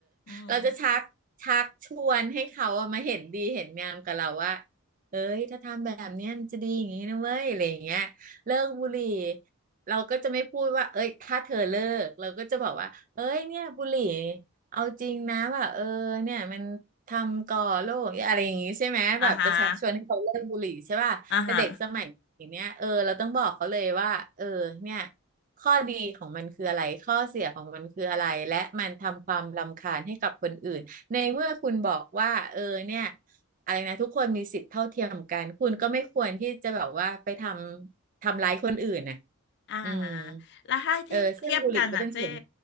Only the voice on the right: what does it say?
เราจะชักชักชวนให้เขาอะมาเห็นดีเห็นงามกับเราว่าเอ้ยถ้าทำแบบเนี้ยมันจะดีอย่างนี้นะเว้ยอะไรอย่างเงี้ยเลิกบุหรี่เราก็จะไม่พูดว่าเอ้ยถ้าเธอเลิกเราก็จะบอกว่าเอ้ยเนี่ยบุหรี่ เอาจริงนะแบบเออเนี่ยมันทำก่อโรคอะไรอย่างงี้ใช่ไหมแบบจะชักชวนให้เขาเลิกบุหรี่ใช่ป่ะแต่เด็กสมัยอย่างเนี้ยเออเราต้องบอกเขาเลยว่าเออเนี่ย
ข้อดีของมันคืออะไรข้อเสียของมันคืออะไรและมันทำความรำคาญให้กับคนอื่นในเมื่อคุณบอกว่าเออเนี่ยอะไรนะทุกคนมีสิทธิ์เท่าเทียมกันคุณก็ไม่ควรที่จะแบบว่าไปทำทำร้ายคนอื่นน่ะ
อืม
เออซึ่งบุหรี่ก็เป็นส่วน